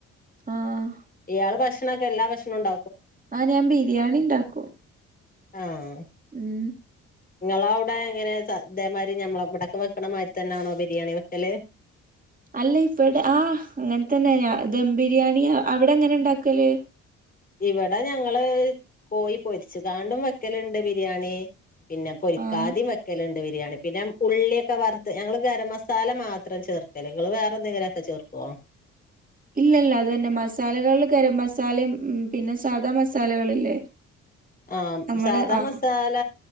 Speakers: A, on the right; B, on the left.
A: ആഹ്
B: ഇയാള് ഭക്ഷണൊക്കെ എല്ലാ ഭക്ഷണ ഉണ്ട
A: ആഹ് ഞാൻ ബിരിയാണി ഉണ്ടാക്കും.
B: ആ.
A: ഉം.
B: നിങ്ങള അവിടെ എങ്ങനെ ഇതേമാതിരി ഞമ്മളെ ഇവിടൊക്കെ വെക്കണ മാതിരി തന്നെയാണോ ബിരിയാണി വെക്കല്.
A: അല്ല ഇപ്പടെ ആഹ് അങ്ങനെ തന്നെ ഞ ദം ബിരിയാണി അവിടെ എങ്ങനെ ഇണ്ടാക്കല്?
B: ഇവിടെ ഞങ്ങള് കോയി പൊരിച്ചുകാണ്ടും വെക്കലുണ്ട് ബിരിയാണി പിന്നെ പൊരിക്കാതേയും
A: ആഹ്
B: വെക്കലണ്ട്. ബിരിയാണി പിന്നെ ഉള്ളിയൊക്കെ വറുത്ത് ഞങ്ങള് ഗരം മസാല മാത്രം ചേർക്കല് നിങ്ങള് വേറെ എന്തെങ്കിലുമൊക്കെ ചേർക്കുവോ?
A: ഇല്ല ഇല്ല അത് തന്നെ മസാലകൾ ഗരം മസാലയും ഉം പിന്നെ സാദാ മസാലകളില്ലേ?
B: ആ
A: നമ്മള്
B: സാദാ
A: ആഹ്
B: മസാല